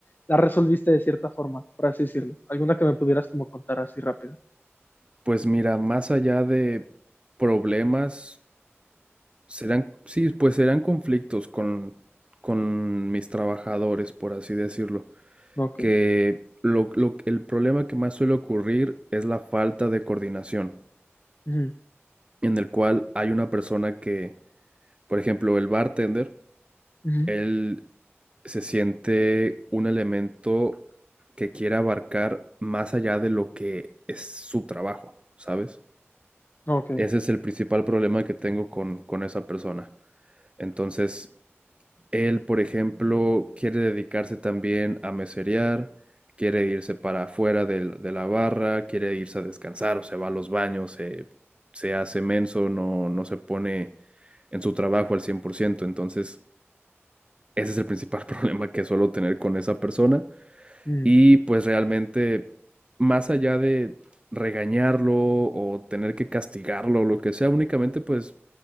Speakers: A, on the left (about 45°); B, on the right (about 25°).
A: la resolviste de cierta forma, por así decirlo? ¿Alguna que me pudieras como contar así rápido?
B: Pues mira, más allá de problemas, serán, sí, pues serán conflictos con, con mis trabajadores, por así decirlo.
A: Ok.
B: Que lo- lo- el problema que más suele ocurrir es la falta de coordinación,
A: Ujú,
B: en el cual hay una persona que, por ejemplo, el bartender,
A: ujú,
B: Él se siente un elemento que quiere abarcar más allá de lo que es su trabajo, ¿sabes?
A: Ok.
B: Ese es el principal problema que tengo con, con esa persona. Entonces, él, por ejemplo, quiere dedicarse también a meserear, quiere irse para afuera del- de, la barra, quiere irse a descansar, o se va a los baños, se, se hace menso, no, no se pone en su trabajo al 100%. Entonces, ese es el principal <laughs> problema que suelo tener con esa persona.
A: Mm,
B: Y pues realmente, más allá de regañarlo o tener que castigarlo o lo que sea, únicamente pues,